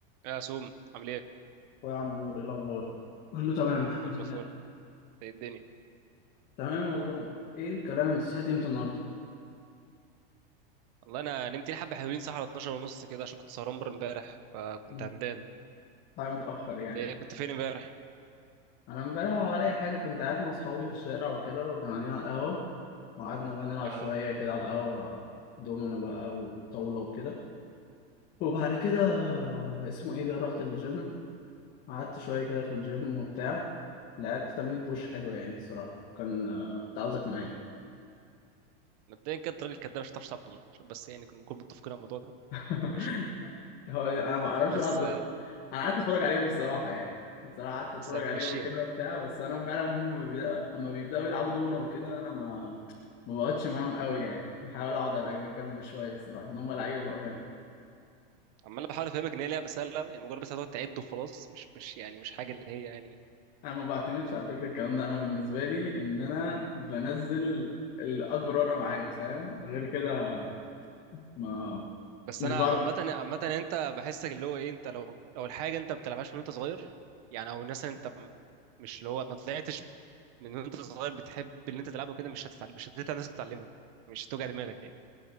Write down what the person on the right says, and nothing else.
يا سوم عامل ايه
كله
فل إنت ايه الدنيا
والله انا نمت لي حبه حلوين صح على 12 ونص كده عشان كنت سهران بره امبارح فكنت
همدان
انت ايه كنت فين امبارح
اه
مبدئيا كده الراجل الكداب مش هتعرف تلعب دومنه عشان بس يعني نكون متفقين على الموضوع ده
ماشي
بس
بس هنمشيها
عمال بحاول افهمك ان هي لعبه سهله يعني مجرد بس هتقعد تعد وخلاص مش مش يعني مش حاجه اللي هي يعني
بس
انا
عامه عامه انت بحسك اللي هو ايه انت لو لو الحاجه انت ما بتلعبهاش من وانت صغير يعني او مثلا انت م- مش اللي هو ما طلعتش من وانت صغير بتحب اللي انت تلعبه كده مش هتتعلم مش هتتعلم نفسك تتعلمها مش هتوجع دماغك يعني